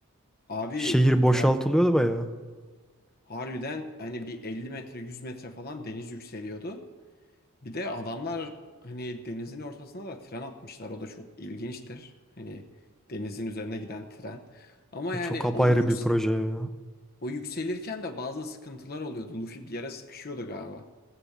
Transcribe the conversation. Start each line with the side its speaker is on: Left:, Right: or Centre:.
Left: Abi
Centre: Şehir boşaltılıyordu
Left: ya
Centre: bayağı.
Left: harbiden hani bir 50 metre 100 metre falan deniz yükseliyordu. Bir de adamlar hani denizin ortasına da tren atmışlar. O da çok ilginçtir. Hani denizin üzerine giden tren. Ama
Centre: O
Left: yani
Centre: çok apayrı
Left: o, yüks
Centre: bir proje ya.
Left: o yükselirken de bazı sıkıntılar oluyordu. Luffy bir yere sıkışıyordu galiba.